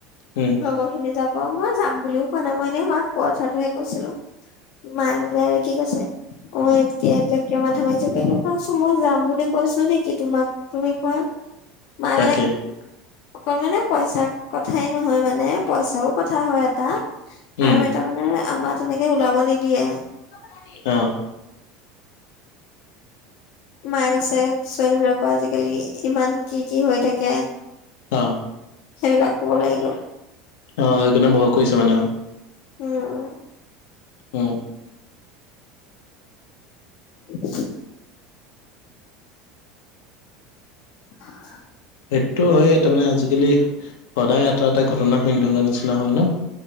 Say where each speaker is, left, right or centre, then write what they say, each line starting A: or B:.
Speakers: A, on the left (about 80°); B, on the left (about 60°).
A: উম,
B: লগৰখিনি যাব মই যাম বুলিও কোৱা নাই মই এনে মাক কথাটোহে কৈছিলোঁ। মায় বোলে কি কৈছে অ, এতিয়া এইবিলাক কিয় মাথা মাৰিছো কে মই কৈছো মই যাম বুলি কৈছো নেকি তোমাক? তুমি কোৱা মায়
A: তাকে
B: মানে অকল মানে পইচা কথাই নহয় মানে পইচাও কথা হয় এটা
A: উম,
B: তাৰ মানে আমাৰ তেনেকে ওলাব নিদিয়ে।
A: <unintelligible> অহ,
B: মায়ে আছে ছোৱালী বিলাকৰ আজিকালি ইমান কি -কি হৈ থাকে।
A: অ',
B: সেইবিলাকো ওলাই গ'ল।
A: অ, সেই কাৰণে ভয় কৰিছ মানে আও।
B: উম,
A: উম,
B: <unintelligible> <unintelligible>
A: সেইটো এ তাৰমানে আজিকালি সদায় এটা- এটা ঘটনা শুনি থকা নিচিনা হয় ন?